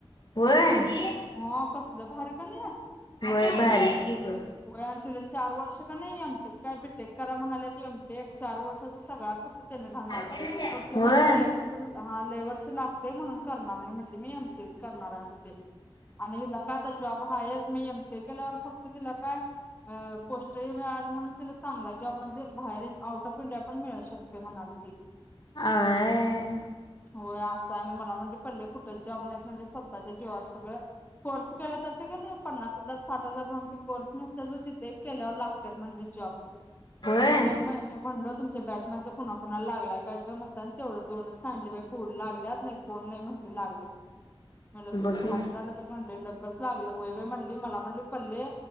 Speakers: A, on the left (about 50°); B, on the left (about 20°).
A: व्हय आजी
B: हो कसलं भारी क नाही,
A: व्हय भारीच की ग
B: होय तिला चार वर्ष क नाही एमटेक काय बीटेक करा म्हणाले एमटेक चार वर्षाचा सगळा खर्च त्याने घालणार
A: अर्चनाच्या
B: त
A: व्हय
B: म्हणली लय वर्ष हा लय पैसे लागते म्हणून करणार नाही म्हटलं, मी एमसीए च. करणार आहे म्हटली. आणि नको आता जॉब मी एम सी ए केल्यावर फक्त तिला काय पोस्टही मिळाली म्हणून तिला चांगला जॉब म्हणजे बाहेर, आउट ऑफ इंडिया पण मिळू शकतोय म्हणाल ती.
A: <unintelligible>
B: होय असं आहे, मला म्हणली पल्ले कुठंच जॉब नाहीत म्हणजे स्वतःच्या जीवावर सगळं, कोर्स केला तर ते का नाही पन्नास हजार साठ हजार भरून ते कोर्स नसत्यात बघ तिथे केल्यावर लागतात म्हणली जॉब.
A: व्हय
B: ते दोन महिने मी म्हटलं होत. तुमच्या बॅच मधल कुणाकुणा लागलाय काय ग म्हणता तेवढं दोन सांगितल्या बघ पोर लागल्यात नाही कोण नाही म्हटली लागले. मला तुझं
A: बघ की
B: भारत म्हणली लकच लागलं होई म्हणली मला म्हणली पल्ले